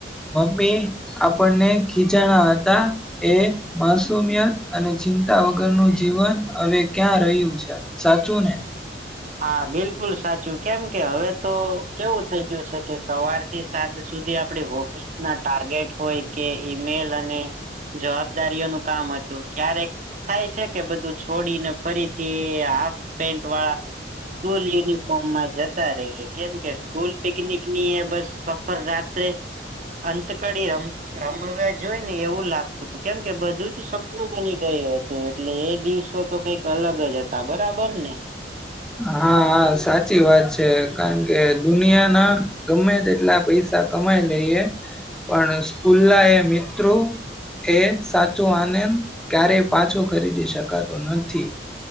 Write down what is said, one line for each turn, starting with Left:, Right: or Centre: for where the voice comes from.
Centre: મમ્મી આપણને ખીજાણા હતા. એ માસુમિયત અને ચિંતા વગરનું જીવન, અવે ક્યાં રહ્યું છે? સાચું ને?
Right: હા, બિલકુલ સાચું. કેમ કે હવે તો કેવું થઈ ગ્યું છે કે સવાર થી સાંજ સુધી આપડે હોફિસના ટાર્ગેટ હોય, કે ઈમેલ અને જવાબદારીઓનું કામ હતું. ક્યારેક થાય છે કે, બધું છોડીને ફરીથી હાફપેન્ટ વાળા સ્કૂલ યુનિફોર્મમાં જતા રહીએ. કેમ કે સ્કૂલ પિકનિક ની એ બસ ફર રાત્રે અંતકડી રમ <unintelligible> જોઈ ને એવું લાગતું. કેમ કે બધું જ સપનું બની ગયું હતું. તો, એટલે એ દિવસો તો કંઈક અલગ જ હતા, બરાબર ને!
Centre: હા, હા. સાચી વાત છે. કારણકે દુનિયાના ગમે તેટલા પૈસા કમાઈ લઈએ, પણ સ્કૂલના એ મિત્રો એ સાચો આનંદ ક્યારેય પાછો ખરીદી શકાતો નથી.